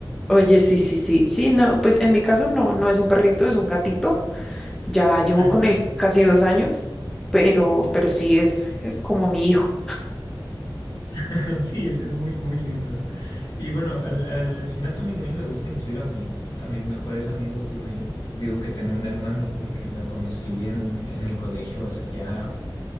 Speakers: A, in the centre; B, on the left.
A: Oye, sí, sí, sí. Sí, no, pues en mi caso no, no es un perrito, es un gatito. Ya
B: <laughs>
A: llevo
B: Ay,
A: con
B: qué lindo.
A: él casi dos años, pero, pero sí es, es como mi hijo.
B: <laughs> Sí, es, es muy, muy lindo. Y bueno, al, al final también a mí me gusta incluir a mis, a mis mejores amigos, digo yo. Digo que tengo una hermana porque la conocí en, en el colegio hace ya